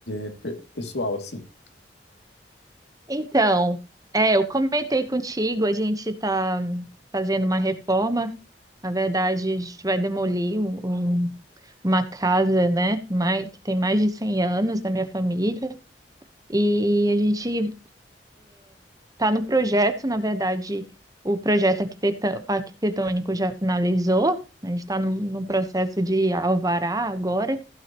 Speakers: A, on the left (about 70°); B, on the right (about 20°).
A: é, pe- pessoal assim?
B: Então, é, eu comentei contigo, a gente está fazendo uma reforma. Na verdade, a gente vai demolir um- um- uma casa, né, mai- que tem mais de 100 anos da minha família. E a gente está no projeto, na verdade, o projeto arquiteta- arquitetônico já finalizou. A gente está no, no processo de alvará agora.